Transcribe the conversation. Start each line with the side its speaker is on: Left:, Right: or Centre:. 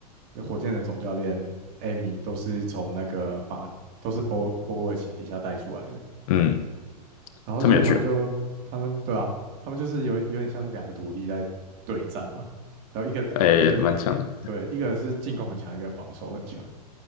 Right: 火箭的总教练 Amy 都是从那个马都是波波波维奇底下带出来的，
Left: 嗯，
Right: 然后所以他们就他们对啊，
Left: 他们有趣哦，
Right: 他们就是有有点像是两个徒弟在对战嘛，然后一个一个
Left: 哎，蛮强的。
Right: 对，一个是进攻很强，一个防守很强。